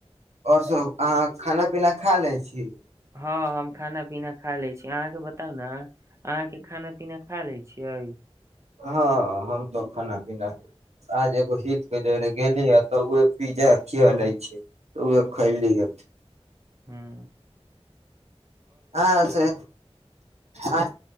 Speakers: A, on the right (about 80°); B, on the right (about 25°).
A: आओर सब अहाँ खाना पीना खा लै छी
B: हँ हम खाना पीना खा ले छी अहाँके बताउ ने अहाँ के खाना पीना खा लय छियै
A: हँ हम तो खाना पीना आज एगो हितके जरे गेली हे तऽ उह पिज्जा खिया लै छै तऽ उह खयली ह त
B: ह्म
A: हँ से आ